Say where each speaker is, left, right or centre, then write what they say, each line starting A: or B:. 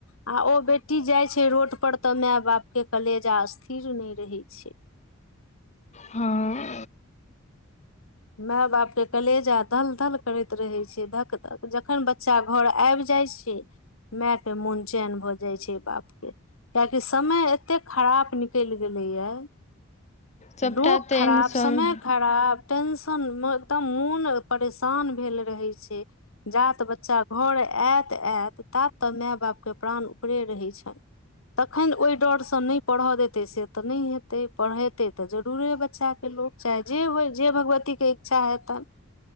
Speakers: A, on the left; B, on the left.
A: आ ओ बेटी जाय छैय रोड पर त मैए बाप के कलेजा स्थिर नै रहै छैय।
B: हँ।
A: माय बापके कलेजा दल दल करैत रहै छैय धक धक जखैन तक बच्चा घर एब जाइ छैय मैके मोन चैन भ जाइ छैय बापके। किएकि समय एतेक खराप निकइल गेलैए।
B: सभटा
A: लोक
B: तऽ
A: खराब
B: एहने सभ
A: समय खराब। टेंशन म त मोन परेशान भेल रहै छैय। जात बच्चा घर एत -एत तात त मै बापके प्राण ऊपरे रहै छन। तखन ओय डर स नै पढ़ेतै से त नै हेतै पढ़ेतै त जरूरे बच्चाके लोक। चाहे जे होइ जे भगवतीके इच्छा हेतन।